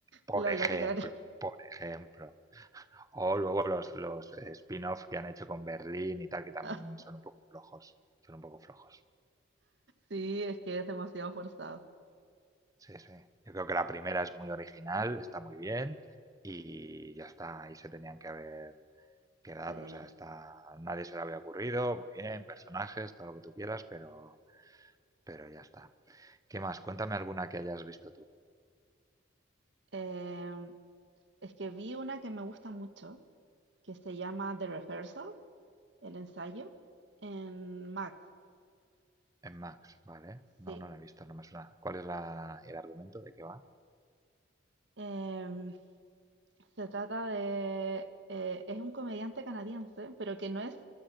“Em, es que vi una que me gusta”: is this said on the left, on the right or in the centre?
Right